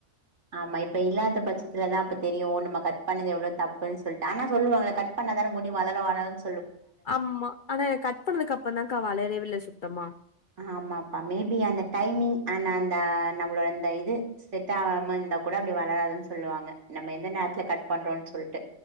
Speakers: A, on the right (about 70°); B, on the left (about 55°).
A: ஆமா இப்ப இல்லாத பட்ச இப்பதாத்த தெரியு நம்ம கட் பண்ணது எவ்ளோ தப்புன் சொல்ட்டு ஆன சொல்லுவாங்க கட் பண்ணா தான முடி வளர வளரும்
B: ஆமா ஆனா இத கட் பண்ணது அப்றோ தான்க்கா வளரவே இல்ல சுத் சுத்தமா
A: ஆமாப்பா மேபி அந்த டைமிங் அண்ட் அந்த நம்மளோட அந்த இது செட் ஆகாம இருந்தா கூட அது வளராதுன் சொல்லுவாங்க நம்ம எந்த நேரத்ல கட் பண்றோனு சொல்ட்டு